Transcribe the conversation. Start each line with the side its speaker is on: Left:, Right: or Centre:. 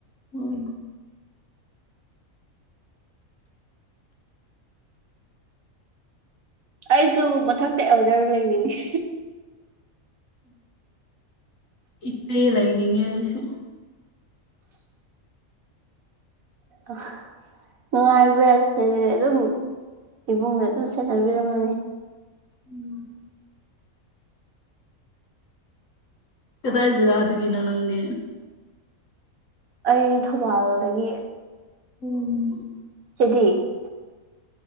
Left: ꯎꯝ
Right: ꯑꯩꯁꯨ ꯃꯊꯛꯇ ꯑꯦꯜꯗꯔ ꯂꯩꯅꯤꯡꯉꯤ
Left: ꯏꯆꯦ ꯂꯩꯥꯏꯅꯤ ꯏꯉꯁꯨ
Right: ꯑ ꯅꯨꯡꯉꯥꯏꯕ꯭ꯔꯥꯁ ꯑꯗꯨꯝ ꯏꯕꯨꯡꯅ ꯑꯗꯨꯝ ꯁꯦꯟꯅꯕꯤꯔꯝꯃꯅꯤ
Left: ꯎꯝ ꯀꯗꯥꯏꯁꯤꯒꯗꯒꯤ ꯅ ꯅꯪꯦ
Right: ꯑꯩ ꯊꯧꯕꯥꯜꯗꯒꯤ
Left: ꯎꯝ
Right: ꯁꯤꯗꯤ